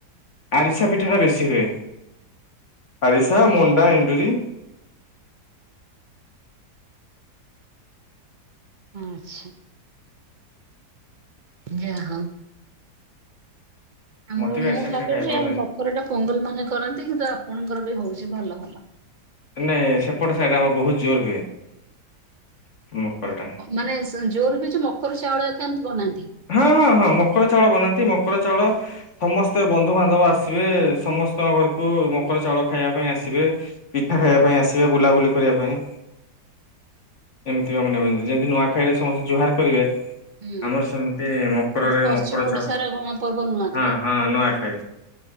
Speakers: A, on the left; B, on the right.
A: ଆରିସା ପିଠା ଟା ବେଶୀ ହୁଏ। ଆରିସା ମୁଣ୍ଡା ଏଣ୍ଡରି।
B: ଆଚ୍ଛା। ଯାହା ହଉ ଆମର
A: ମତେ ବି
B: ମୁଟ
A: ଆରିସା ପିଠା
B: ଲାଗିଚି
A: ଖାଇବାକୁ ଭଲ
B: ଆଉ
A: ଲାଗେ
B: ମ ମୋର ଏଟା ପୁଙ୍ଗୁଲୁ ମାନେ କରନ୍ତି କିନ୍ତୁ ଆପଣଙ୍କର ବି ହଉଚି ଭଲ ଭଲ।
A: ନାଇଁ ସେପଟ ସାଇଡରେ ଆମର ବହୁତ ଜୋର ହୁଏ ମକର ଟା।
B: ମାନେ ଜୋର ହଉଚି। ମକର ଚାଉଳ କେମିତି ବନାନ୍ତି?
A: ହଁ ହଁ ହଁ ମକର ଚାଉଳ ବନାନ୍ତି ମକର ଚାଉଳ। ସମସ୍ତେ ବନ୍ଧୁ ବାନ୍ଧବ ଆସିବେ। ସମସ୍ତଙ୍କ ଘରକୁ ମକର ଚାଉଳ ଖାଇବା ପାଇଁ ଆସିବେ। ପିଠା ଖାଇବା ପାଇଁ ଆସିବେ ବୁଲାବୁଲି କରିବା ପାଇଁ। ଏମିତିକା ମନ ଏକଜାଟଲି ନୂଆଖାଇରେ ସମସ୍ତେ ଜୁହାର କରିବେ।
B: ହୁଁ।
A: ଆମର ସେମିତି ଇ ମକରରେ
B: ଆମ ପଶ୍ଚିମ
A: ମକର
B: ଓଡିଶାର
A: ଚାଉଳ
B: ଗଣପର୍ବ ନୂଆଖାଇ।
A: ହଁ ହଁ ନୂଆଖାଇ।